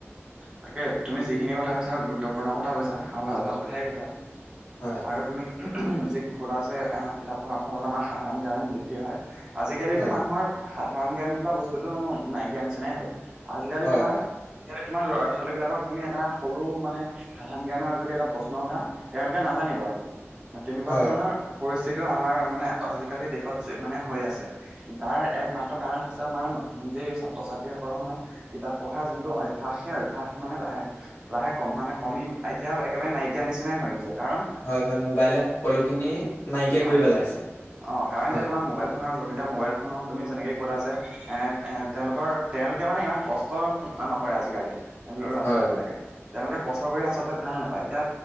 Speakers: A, on the right; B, on the left.
A: তাকে তুমি যিখিনি কথা কৈছা গুৰুত্বপূৰ্ণ কথা কৈছা আৰু ভাল ভাল কথাই কৈছা।
B: হয়
A: এতিয়া আৰু তুমি উম যি ক'লা যে আহ কিতাপ পঢ়াৰ ফলত আমাৰ সাধাৰণ জ্ঞান বৃদ্ধি হয় আজিকালিতো
B: হয়
A: মানুহৰ সাধাৰণ জ্ঞান বোলা বস্তুটো নাইকিয়া নিচিনাই হ'ল। আজিকালি
B: হয়
A: তোমাৰ
B: হয়
A: আজিকালি তোমাৰ ল'ৰা-ছোৱালী বিলাকক তুমি এটা সৰু মানে সাধাৰণ জ্ঞানৰ যদি এটা প্ৰশ্ন সোধা তেওঁলোকে নাজানিব আকৌ তেনেকুৱা
B: হয়
A: ধৰণৰ পৰিস্থিতিও আমাৰ মানে আজিকালি দেশত মানে হৈ আছে। তাৰ একমাত্ৰ কাৰণ হৈছে আমাৰ যি ছাত্ৰ-ছাত্ৰীসকলৰ মানে কিতাপ পঢ়াৰ যোনটো অভ্যাস সেই অভ্যাসটো মানে লাহে লাহে কম মানে কমি এতিয়া একেবাৰে নাইকিয়া নিচিনাই হৈ গৈছে কাৰণ
B: হয় হয় মোবাইলে সকলোখিনি নাইকিয়া
A: অ
B: কৰি পেলাইছে
A: অ কাৰণ
B: হয়।
A: এতিয়া তোমাৰ মোবাইল ফোনৰ যোগিতা মোবাইল ফোনত যেনেকে ক'লা যে মে এত এত তেওঁলোকৰ তেওঁলোকে কিয় মানে ইমান কষ্ট অ নকৰে আজিকালি ল'ৰা
B: হয়,
A: ছোৱালী বিলাকে। তেওঁলোকে কষ্ট কৰি আচলতে ভাল নেপায়। এতিয়া